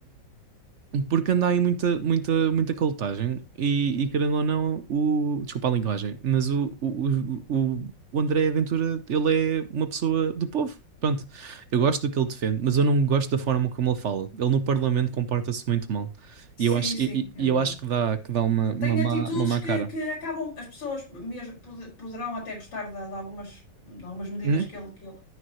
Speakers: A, on the right (about 60°); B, on the left (about 85°).
A: Porque anda aí muita, muita, muita calotagem e, e querendo ou não, o, desculpa a linguagem, mas o, o, o, o o André Ventura, ele é uma pessoa do povo. Pronto, eu gosto do que ele defende, mas eu não gosto da forma como ele fala. Ele no Parlamento comporta-se muito mal. E
B: Sim,
A: eu acho,
B: sim,
A: e, e-
B: é
A: e
B: verdade.
A: eu acho que dá, que dá uma, uma
B: Tem
A: má,
B: atitudes
A: uma má
B: que,
A: cara.
B: que acabam, as pessoas mesmo pod- poderão até gostar de, de algumas, de algumas medidas
A: Uhum.
B: que ele, que ele